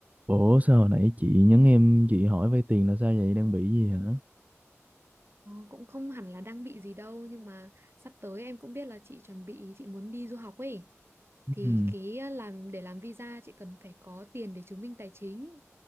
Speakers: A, on the right; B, on the right.
A: Ủa sao hồi nãy chị nhắn em chị hỏi vay tiền là sao vậy đang bị gì hả?
B: Ờ, cũng không hẳn là đang bị gì đâu nhưng mà sắp tới em cũng biết là chị chuẩn bị chị muốn đi du học ấy thì
A: Ừm,
B: cái ờ, làm để làm visa chị cần phải có tiền để chứng minh tài chính